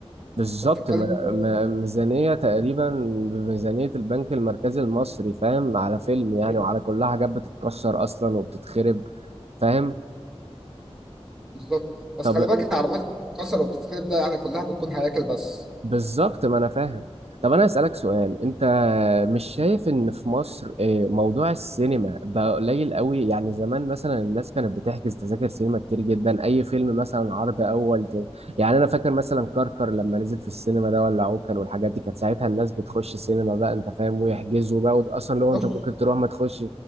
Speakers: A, on the right; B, in the centre.
A: بالظبط
B: انت بتتكلم
A: م-
B: في-
A: م- ميزانية تقريبا بميزانية البنك المركزي المصري فاهم على فيلم يعني
B: إيه؟
A: وعلى كلها حاجات بتتكسر أصلا وبتتخرب فاهم
B: بالظبط بس
A: طب
B: خلي بالك العربيات اللي بتتكسر وبتتخرب ده يعني كلها بتكون هياكل بس
A: بالظبط ما انا فاهم طب انا اسالك سؤال انت مش شايف ان في مصر آه، موضوع السينما بقى قليل قوي يعني زمان مثلا الناس كانت بتحجز تذاكر سينما كتير جدا اي فيلم مثلا عرض اول ت- يعني انا فاكر مثلا كركر لما نزل في السينما ده ولا عوكل والحاجات دي كانت ساعتها الناس بتخش السينما بقى انت فاهم ويحجزوا بقى وت- اصلا لو
B: بص
A: انت ممكن تروح ما تخش